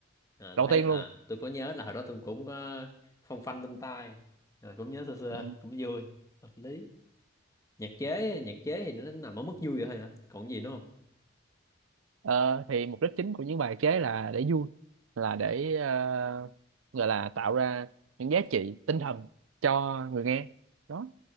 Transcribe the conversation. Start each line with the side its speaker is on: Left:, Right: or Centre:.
Left: à tôi
Right: đầu
Left: thấy
Right: tiên
Left: à
Right: luôn
Left: tôi có nhớ là hồi đó tôi cũng có phong phanh lên tai à, cũng nhớ sơ sơ
Right: Ừ.
Left: cũng vui hợp lý nhạc chế nhạc chế thì nó nằm ở mức vui vậy thôi hả còn gì nữa không
Right: ờ, thì mục đích chính của những bài chế là để vui là để ờ, gọi là tạo ra những giá trị tinh thần cho người nghe đó